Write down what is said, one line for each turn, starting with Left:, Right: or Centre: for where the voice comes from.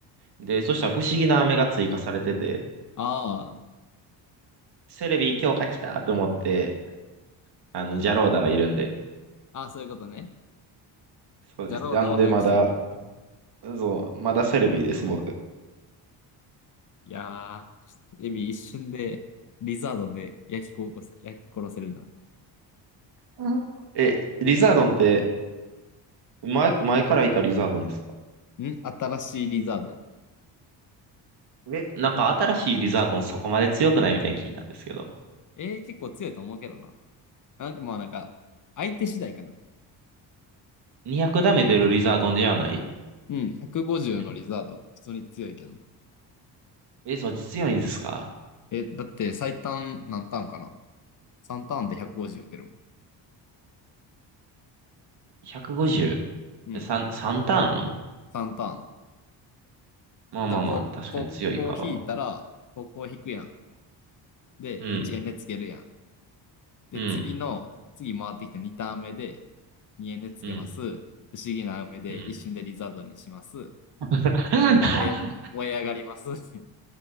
Right: で、そしたら不思議な飴が追加されてて、
Left: ああ。
Right: セレビ強化来たと思って、あの、ジャローダがいるんで。
Left: ああ、そういうことね。
Right: そうです。
Left: ジャローダを早く進化できると。
Right: なんでまだ、そう、まだセレビです、僕。
Left: いやー、エビ一瞬でリザードンで焼き殺す、焼き殺せるな。
Right: うんえ、リザードンって、前、前からいたリザードンですか
Left: ん新しいリザードン。
Right: え、なんか新しいリザードンそこまで強くないみたいに聞いたんですけど。
Left: えー、結構強いと思うけどな。なんかまあなんか、相手次第かな。
Right: 200ダメ出るリザードンではない
Left: うん、150のリザードン、
Right: ん
Left: 普通に強いけどな。
Right: え、そっち強いんですか
Left: え、だって最短何ターンかな ?3 ターンで150打てるもん。
Right: ?150。
Left: うん、
Right: 3、三ターン
Left: 3ターン。
Right: まあまあまあ、
Left: でもこう、
Right: 確かに強いか。
Left: こう、こう引いたら、こう、こを引くやん。で、
Right: うん、
Left: 1円でつけるやん。で、
Right: うん、
Left: 次の、次回ってきた2ターン目で、2えんでつけます。
Right: うん、
Left: 不思議な雨で一瞬でリザードにします。
Right: うん。<laughs>
Left: 燃え、燃え上がります。<laughs>